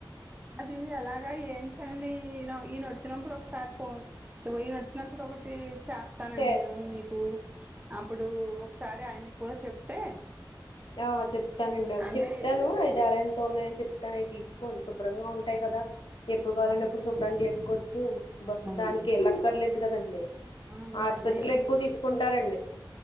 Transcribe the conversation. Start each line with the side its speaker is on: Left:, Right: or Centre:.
Right: అది ఎలాగ ఏంటండి ఈయన ఈయన వచ్చినప్పుడు ఒకసారి ఫోన్ ఈయన వచ్చినప్పుడు ఒకటి చెస్ స్తానండి
Left: చే
Right: నేను నీకు అప్పుడు ఒకసారి ఆయన కూడా చెప్తే
Left: ఆ చెప్తానండి అవి
Right: అంటే
Left: చెప్తాను అవి ధర ఎంతో ఉన్నాయని చెప్తాను అవి తీసుకు కోండి శుభ్రంగా ఉంటాయి
Right: అదే
Left: కదా ఎప్పుడు కావాలంటే
Right: అండి
Left: అప్పుడు శుభ్రన్ని చేసుకోవచ్చు బస్
Right: అవును
Left: దానికి ఎలా పర్లేదు కదండి
Right: అవునండి
Left: ఆసుపత్రిలో ఎక్కువ తీసుకుంటారండి